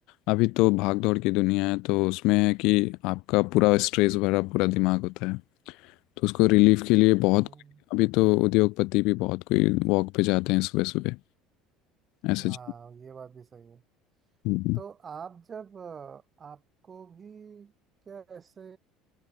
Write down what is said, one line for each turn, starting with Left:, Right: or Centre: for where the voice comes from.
Left: अभी तो भाग दौड़ की दुनिया है तो उसमें है कि आपका पूरा स्ट्रेस भरा पूरा दिमाग होता है तो उसको रिलीफ के लिए बहुत
Right: हम्म,
Left: कोई अभी तो उद्योगपति भी बहुत कोई वॉक पे जाते हैं सुबह सुबह ऐसे
Right: हाँ
Left: चीज़।
Right: ये बात भी सही है
Left: हम्म।
Right: तो आप जब अ, आपको भी क्या ऐसे